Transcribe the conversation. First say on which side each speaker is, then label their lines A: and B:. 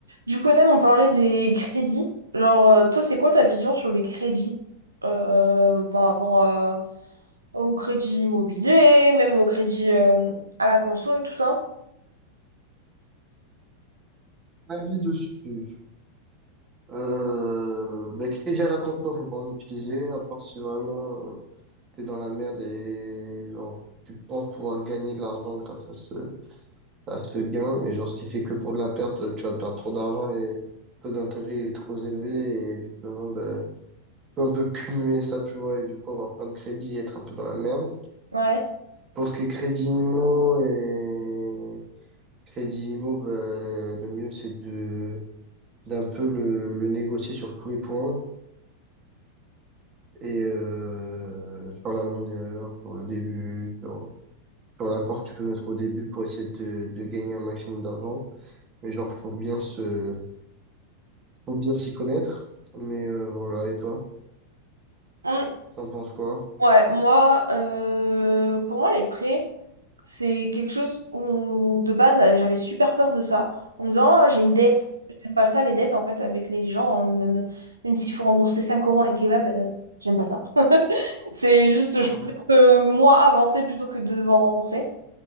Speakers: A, on the right; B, on the right.
A: Du coup, Ethan, on parlait des crédits. Genre, euh, toi, c'est quoi ta vision sur les crédits euh, par rapport à, au crédit immobilier, même au crédit euh, à la conso et tout ça?
B: avis dessus. Euh, bah, crédit à la confiance, faut pas en utiliser, à part si vraiment euh, t'es dans la merde et genre tu penses pouvoir gagner de l'argent grâce à ce à ce gain, mais genre si c'est que pour de la perte, tu vas perdre trop d'argent, les taux d'intérêt est trop élevé et justement bah, tu peux un peu cumuler ça, tu vois, et du coup avoir plein de crédits et être un peu dans la merde.
A: Ouais.
B: Pour ce qui est crédit IMO et crédit IMO, bah, le mieux c'est de d'un peu le, le négocier sur tous les points. Et euh, sur la longueur, sur le début, sur, sur l'apport que tu peux mettre au début pour essayer de, de gagner un maximum d'argent. Mais genre, faut bien se, faut bien s'y connaître. Mais euh, voilà, et toi,
A: Hum,
B: t'en penses quoi?
A: Ouais, moi, euh, pour moi, les prêts, c'est quelque chose où, de base, euh, j'avais super peur de ça. En me disant, Ah, j'ai une dette. J'aime pas ça, les dettes, en fait, avec les gens. hein, même, même s'il faut rembourser 5 euros à un kebab, euh, j'aime pas ça. C'est juste,
B: Mhm,
A: je préfère que moi avancer plutôt que de devoir rembourser.